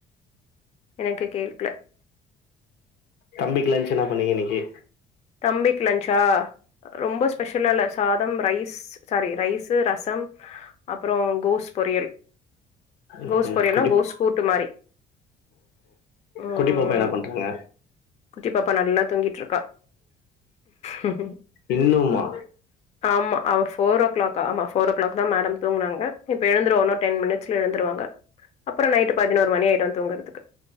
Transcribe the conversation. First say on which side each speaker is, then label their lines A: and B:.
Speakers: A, on the left; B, on the left.
A: எனக்கு கேக்ல
B: தம்பிக்கு லஞ்ச் என்னா பண்ணீங்க இன்னைக்கி
A: தம்பிக்கு லன்ச்சா ரொம்ப ஸ்பெஷல இல்ல சாதம் ரைஸ் சாரி ரைஸு ரசம் அப்புறோ கோஸ் பொறியல்
B: ம்ஹும்
A: கோஸ் பொறியல்னா
B: குட்டி
A: கோஸ் கூட்டு மாரி ம்
B: கூட்டி பாப்பா என்ன பண்றாங்க
A: குட்டி பாப்பா நல்லா தூங்கிட்ருக்கா ஹ
B: இன்னும்மா
A: ஆமா அவ ஃபோர் ஓ கிளாக் ஆமா ஃபோர் ஓ கிளாக் தா மேடம் தூங்குனாங்க இப்ப எழுந்துருவும் உன்னோ டென் மிட்ஸ்ல எழுந்துருவாங்க அப்புறோ நைட்டு பதினோரு மணி ஆயிடும் தூங்கறதுக்கு